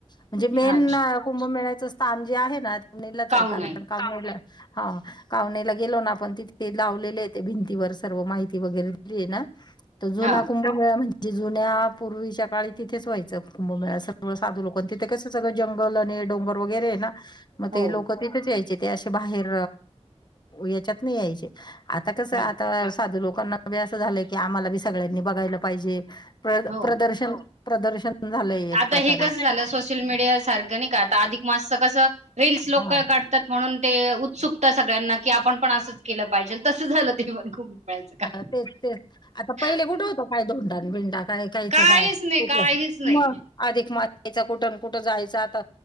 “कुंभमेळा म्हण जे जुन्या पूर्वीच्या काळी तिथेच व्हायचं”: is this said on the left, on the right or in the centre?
Left